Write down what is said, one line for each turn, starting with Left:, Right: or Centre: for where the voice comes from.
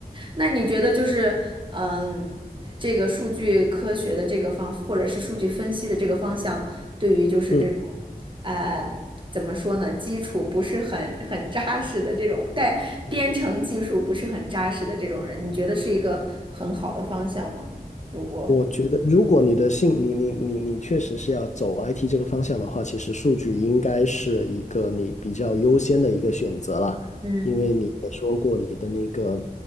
Right: 那你觉得就是，嗯，这个数据科学的这个方，或者是数据分析的这个方向，对于就是这种，
Left: 嗯。
Right: 呃，怎么说呢，基础不是很很扎实的这种，但编程技术不是很扎实的这种人，
Left: 嗯
Right: 你觉得是一个很好的方向吗？如果，
Left: 我觉得，如果你的性，你你你你确实是要走 IT 这个方向的话，其实数据应该是一个你比较优先的一个选择啦，
Right: 嗯
Left: 因为你也说过你的那个